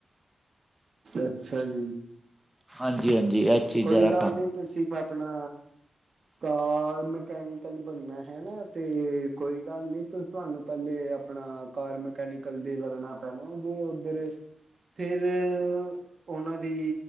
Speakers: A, on the right; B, in the centre.
A: ਅੱਛਾ ਜੀ,
B: ਹਾਂਜੀ, ਹਾਂਜੀ, ਚੀਜ਼ਾਂ
A: ਕੋਈ
B: ਦਾ
A: ਗੱਲ
B: ਕੰਮ
A: ਨਹੀਂ ਤੁਸੀਂ ਆਪਣਾ, ਕਾਰ ਮਕੈਨੀਕਲ ਬਣਨਾ ਹੈ, ਨਾ ਤੇ ਕੋਈ ਗੱਲ ਨੀ ਤੁਹਾਨੂੰ ਪਹਿਲੇ, ਆਪਣਾ ਕਾਰ ਮਕੈਨੀਕਲ ਦੇ ਲੱਗਣਾ ਪੈਣਾ ਜੀ ਉੱਧਰ ਫੇਿਰ ਉਹਨਾਂ ਦੀ